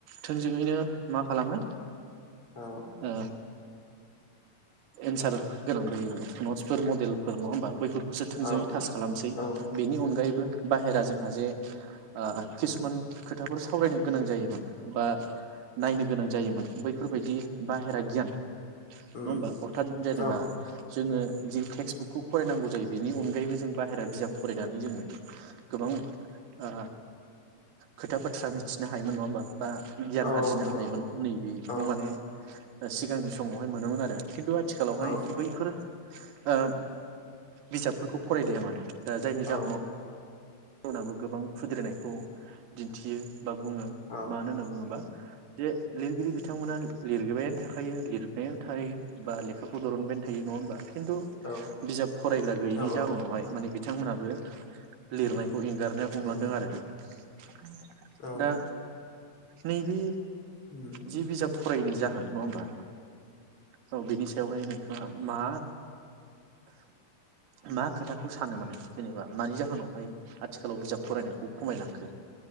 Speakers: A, on the right (about 85°); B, on the left (about 35°).
A: थोंजोंयैनो मा खालामो
B: औ
A: ओ एन्सार गोनां बे नट्सफोर मडेलफोर नङा होमबा बैफोर खौसो थोंजोङै
B: औ
A: थास खालामसै
B: उम औ
A: बिनि अनगायैबो बाहेरा जोंहा जे ओ किसुमान खोथाफोर सावरायनो गोनां जायोमोन बा नायनो गोनां जायोमोन बैफोरबायदि ओगियान नङा
B: उम
A: होनबा अथााद जेनेबा
B: औ
A: जोङो जि टेक्सटबुकखौ फरायनांगौ जायो बिनि अनगायैबो जों बाहेरा बिजाब फरायनानै जों गोबां आ खोथा बाथ्रा मिथिनो हायोमोन नङा होमबा बा गियान
B: औ नोंथां
A: आरजिनो हायोमोन नै बेखौ
B: औ
A: माने सिगांनि समावहाय मोनोमोन आरो खिन्थु आथिखालावहाय
B: औ
A: बैफोर ओ बिजाबफोरखौ फरायलिया माने दा जायनि जाहोनाव
B: औ
A: गुबुनाबो गोबां खुद्रिरिनायखौ दिन्थियो बा बुङो
B: औ
A: मानो होनना बुङोबा जे लिरगिरि बिथांमोना लिरगे बायानो थाखाय थायो लिरनायाव थायो बा लेखाखौ दरनबायनो थायो नङा होमबा खिन्थु
B: औ
A: बिजाब फरायग्रा गैयिनि
B: औ औ
A: जावनावहाय माने बिथांमोनहाबो लिरनायखौ
B: उम
A: एंगारनो हमलांदों
B: उम
A: आरो <inaudible>
B: औ
A: दा नै बे
B: उम
A: जि बिजाब फरायैनि जाहोन नङा होमबा औ बिनि सायावहाय नों थांया मा मा खोथाखौ सानो माने जेनेबा मानि जाहोनाव? <inaudible> आथिखालाव बिजाब फरायनायखौ खमायलांखो